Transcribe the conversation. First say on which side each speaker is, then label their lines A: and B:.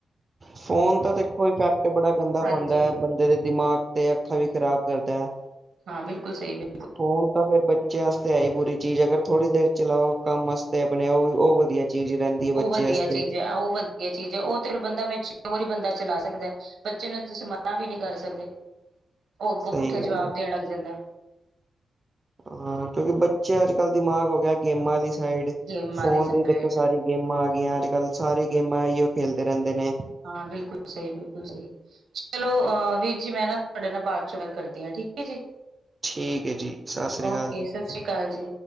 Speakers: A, on the right; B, on the right.
A: ਫੋਨ ਤਾਂ ਦੇਖੋ ਇਫੈਕਟ ਬੜਾ ਗੰਦਾ
B: ਹਾਂਜੀ
A: ਪਾਂਦਾ ਐ। ਬੰਦ ਫੇਰ ਏ ਦਿਮਾਗ ਤੇ ਅੱਖਾਂ ਵੀ ਖ਼ਰਾਬ ਕਰਦਾ।
B: ਹਾਂ ਬਿਲਕੁਲ ਸਈ। ਬਿਲ-
A: ਫੋਣ ਤਾਂ ਫਿਰ- ਬੱਚਿਆਂ ਅੲਤੇ ਐਈ ਬੁਰੀ ਚੀਜ਼ ਏ ਅਗਰ ਥੋੜੀ ਦੇਰ ਚਲਾਓ ਕੰਮ ਵਸਤੇ ਆਪਣੇ ਓ ਓ ਵਧੀਆ। ਚੀਜ਼ ਰਹਿੰਦੀ ਹੈ ਬੱਚੇ
B: ਓ ਵਧੀਆ
A: ਵਾਸਤੇ
B: ਚੀਜ਼ ਐ। ਓ ਵਧੀਆ ਚੀਜ਼ ਐ। ਓ ਤੇ ਬੰਦਾ ਮੈਂਚਿਓਰ ਈ ਬੰਦਾ ਚਲਾ ਸਕਦਾ। ਬੱਚੇ ਨੂੰ ਤੁਸੀਂ ਮਨਾ ਵੀ ਨੀ ਕਰ ਸਕਦੇ। ਓ ਅੱਗੋਂ
A: ਸਹੀ
B: ਪੁੱਠੇ
A: ਗੱਲ
B: ਜਵਾਬ
A: ਹੈ
B: ਦੇਣ ਲੱਗ ਜਾਂਦਾ।
A: ਹਾਂ ਕਿਉਂਕਿ ਬੱਚੇ ਅੱਜ ਕੱਲ੍ਹ ਦਿਮਾਗ ਹੋ ਗਿਆ ਗੇਮਾਂ ਅਲੀ ਸਾਈਡ
B: ਗੇਮਾਂ
A: ਫੋਨ
B: ਦੀ ਸਾਈਡ
A: ਤੇ- ਸਾਰੀ ਗੇਮਾਂ ਆ ਗਈਆਂ। ਅੱਜ ਕੱਲ੍ਹ ਸਾਰੀ ਗੇਮਾਂ ਐ ਈਓ ਖੇਲਦੇ ਰੇਂਦੇ ਨੇ।
B: ਹਾਂ ਬਿਲਕੁਲ ਸਈ -ਬਿਲਕੁਲ ਸਈ। ਚਲੋ ਅ ਵੀਰ ਜੀ ਮੈਂ ਨਾ ਤੁਆਡੇ ਨਾਲ ਬਾਦ ਚੋਂ ਗੱਲ ਕਰਦੀ ਆਂ। ਠੀਕ ਏ ਜੀ।
A: ਠੀਕ ਹੈ ਜੀ ਸਤਿ ਸ੍ਰੀ ਅਕਾਲ
B: ਓਕੇ
A: ਜੀ
B: ਸਾਸਰੀ ਕਾਲ ਜੀ।